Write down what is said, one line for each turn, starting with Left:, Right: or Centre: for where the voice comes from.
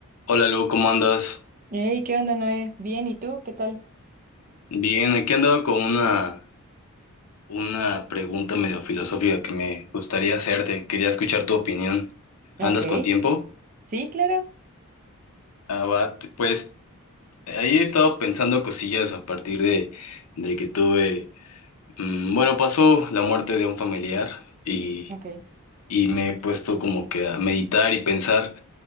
Left: Hola Lu, ¿cómo andas?
Right: Hey, ¿qué onda, Noé? Bien, ¿y tú? ¿Qué tal?
Left: Bien, aquí andaba con una, una pregunta medio filosófica que me gustaría hacerte. Quería escuchar tu opinión.
Right: Ok,
Left: ¿Andas con tiempo?
Right: sí, claro.
Left: Ah, va, t- pues ahí he estado pensando cosillas a partir de, de que tuve... mm, bueno, pasó la muerte de un familiar y,
Right: Ok,
Left: y me he puesto como que a meditar y pensar,